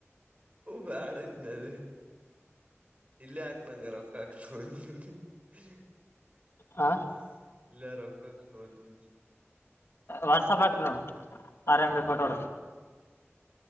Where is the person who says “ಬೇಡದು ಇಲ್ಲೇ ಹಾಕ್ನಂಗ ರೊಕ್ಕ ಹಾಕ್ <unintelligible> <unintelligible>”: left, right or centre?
Right